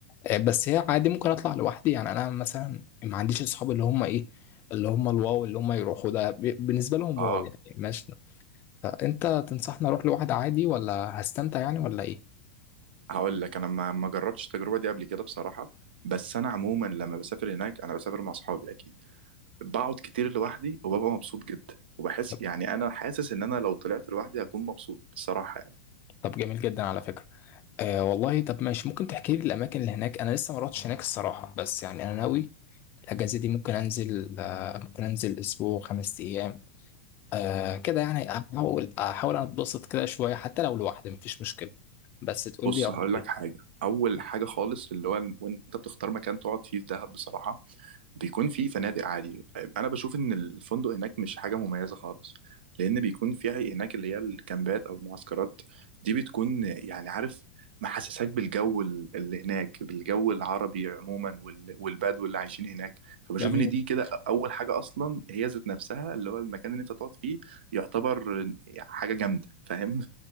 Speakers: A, on the left (about 35°); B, on the right (about 65°).
A: إيه بس هي عادي ممكن اطلع لوحدي يعني انا مثلا ما عنديش اصحاب اللي هم ايه اللي هم الواو اللي هم يروحوا ده بي- بالنسبه لهم
B: اه
A: واو يعني ماشي فانت تنصحني اروح لوحدي عادي ولا هستمتع يعني ولا ايه
B: هقول لك انا ما ما جربتش التجربه دي قبل كده بصراحه بس انا عموما لما بسافر هناك انا بسافر مع اصحابي اكيد بقعد كتير لوحدي وببقى مبسوط جدا وبحس
A: طب
B: يعني انا حاسس ان انا لو طلعت لوحدي هكون مبسوط بصراحه يعني
A: طب جميل جدا على فكرة آه والله طب ماشي ممكن تحكي لي الأماكن اللي هناك أنا لسه ما رحتش هناك الصراحة بس يعني أنا ناوي الأجازة دي ممكن أنزل آه ممكن أنزل أسبوع خمس أيام آه كده يعني أحاول أحاول أتبسط كده شوية حتى لو لوحدي مفيش مشكلة بس تقول
B: بص
A: لي أروح
B: هقول لك
A: فين
B: حاجه اول حاجه خالص اللي هو وانت بتختار مكان تقعد فيه في دهب بصراحه بيكون في فنادق عادي انا بشوف ان الفندق هناك مش حاجه مميزه خالص لان بيكون فيها هناك اللي هي الكامبات او المعسكرات دي بتكون يعني عارف محسساك بالجو ال- اللي هناك بالجو العربي عموما وال- والبدو اللي عايشين هناك فبشوف
A: جميل
B: ان دي كده اول حاجه اصلا هي ذات نفسها اللي هو المكان اللي انت تقعد فيه يعتبر حاجه جامده فاهم